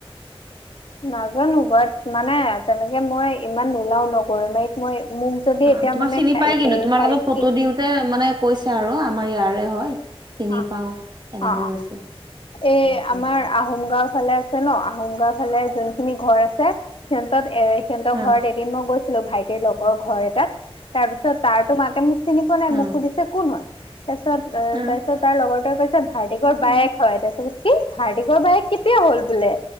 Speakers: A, on the left (about 60°); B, on the right (about 45°).
A: নাজানো বাট মানে তেনেকে মই ইমান নোলাও ন গৰৈ মাৰীত মই মোক যদি
B: অ
A: এতিয়া
B: তোমাক
A: মানে
B: চিনি পাই কিন্তু
A: এইফালে
B: তোমাৰ লগত ফটো
A: কি
B: দিওঁতে মানে কৈছে আৰু আমাৰ ইয়াৰে হয় চিনি
A: অ',
B: পাও এনেকে
A: অ',
B: কৈছে?
A: এই আমাৰ আহোম গাঁওৰ ফালে আছে ন আহোম গাঁওৰ ফালে যোনখিনি ঘৰ আছে সিহঁতত এ সিহঁতৰ
B: অ
A: ঘৰত এদিন মই গৈছিলো ভাইটিৰ লগৰ ঘৰ এটাত তাৰ পিছত তাৰতো মাকে মোক চিনি পোৱা নাই
B: অ
A: মোক খুধছে কোন হয় তাৰপিছত
B: অ
A: তাৰপিছত তাৰ লগৰটোৱে কৈছে ভাৰ্ট বাইে হয় ত কি ভাৰ্টিকৰ বায়েক কেতিয়া হ'ল বোলে।